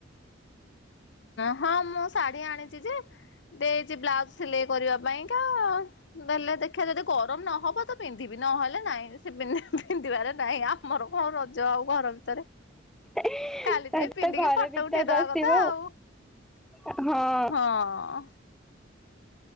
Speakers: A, on the left (about 65°); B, in the centre.
A: ହଁ ମୁଁ ଶାଢୀ ଆଣିଛି ଯେ, ଦେଇଛି ବ୍ଲାଉଜ ସିଲେଇ କରିବା ପାଇଁକା ଦେଲେ ଦେଖିବା ଯଦି ଗରମ ନହବ ତ ପିନ୍ଧିବି ନହେଲେ ନାଇଁ ସେ ପିନ୍ଧିବାରେ ନାହିଁ, ଆମର କଣ ରଜ ଆଉ ଘର ଭିତରେ।
B: ତାହେଲେ
A: କାଲି ଟିକେ ପିନ୍ଧିକି
B: ତ ଘର
A: ଫଟ
B: ଭିତରେ
A: ଉଠେଇଦବା
B: ରସିବ
A: କଥା ଆଉ।
B: ଆଉ ହଁ।
A: ହଁ